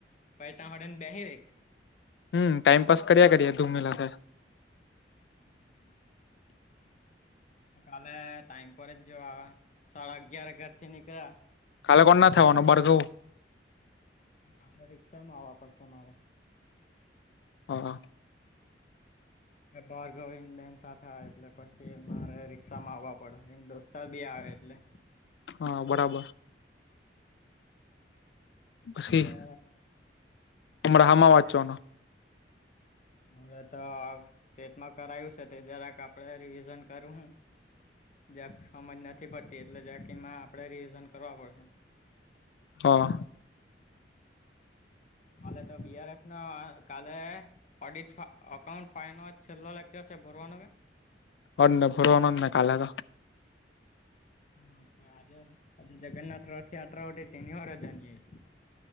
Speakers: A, on the left; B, on the left.
A: પૈ ત હોડન બેહી રહી
B: હમ ટાઈમપાસ કર્યા કર્યા ધૂમ મિલાશે
A: <unintelligible> કાલે ટાઈમ પર જ જોવા સાડા અગયાર અગયાર થી નીકળ્યા
B: કાલે કોણ ના થવાનો બળગઉ
A: કાલે રિક્ષામાં આવવા પડશે મારો
B: હા
A: ભારગવિન બેન સાથે આવે એટલે પછી મારે રિક્ષા માં આવવા પડે એ દોસ્ત બી આવે એટલે
B: હા બરાબર બસી
A: કાલે
B: અમરા હમાવાદ છો ના
A: હવે તો તેટમાં કરાયું છે તે જરાક આપણે રિવિઝન કરું હું જ સમજ નથી પડતી એટલે જંકીમાં આપડે રિવિઝન કરવા પડશે
B: હા
A: હા તો વિયાર કાલે ઓડીટ અકાઉન્ટ ફાનન્સ છેલ્લો લાગજ છે ભરવાનું કે
B: અ ના ભોરવા ના કાગ
A: હ તો આજે આજે જગન્નાથ રથયાત્રા હો તેની વાર જનીય